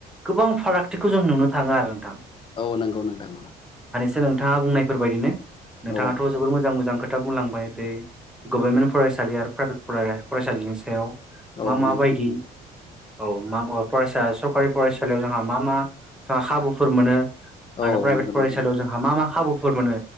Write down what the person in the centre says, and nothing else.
गोबां फारागथिखौ जों नुनो थांङो आरो नोंथां।
नोंथांङा बुंनायफोरबायदिनो नोंथांङाथ'
जोबोर मोजां मोजां खो खोथा बुंलांबाय बे गभर्नमेन्ट फरायसालि आरो प्राइभेट फराय फरायसालिनि सायाव। मा
माबायदि
औ मा बुंङो फरायसा सरकारि फरायसालियाव जोंहा मा मा जोंहा खाबुफोर मोनो
आरो
प्राइभेट
फरायसालियाव जोंहा मा मा खाबुफोर मोनो